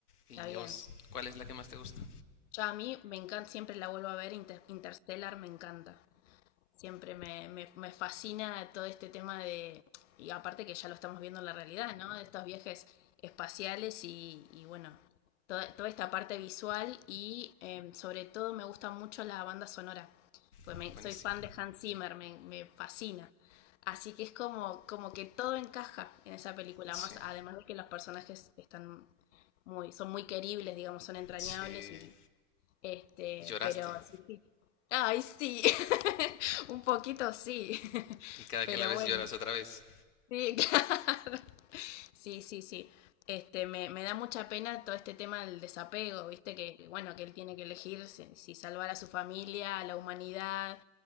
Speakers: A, on the left (about 75°); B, on the left (about 50°).
A: ¿Y
B: Está bien.
A: a vos, cuál es la que más te gusta?
B: Yo a mí me encanta, siempre la vuelvo a ver, Inter- Interstellar me encanta. siempre me, me, me fascina todo este tema de, y aparte que ya lo estamos viendo en la realidad, ¿no? De estos viajes espaciales y, y bueno, toda, toda esta parte visual y eh, sobre todo me gusta mucho la banda sonora, pues
A: Ah,
B: me,
A: buenísima.
B: soy fan de Hans Zimmer, me, me fascina. Así que es como, como que todo encaja en esa película,
A: Sí,
B: más además de que los personajes están muy, son muy queribles, digamos, son entrañables
A: sí.
B: y este,
A: Y lloraste.
B: pero sí, sí. Ay, sí, <laughs> un poquito sí, <laughs>
A: Y cada
B: pero
A: que la ves
B: bueno,
A: lloras otra vez.
B: sí, <laughs> claro. Sí, sí, sí. Este, me, me da mucha pena todo este tema del desapego, viste, que bueno, que él tiene que elegir si, si salvar a su familia, a la humanidad,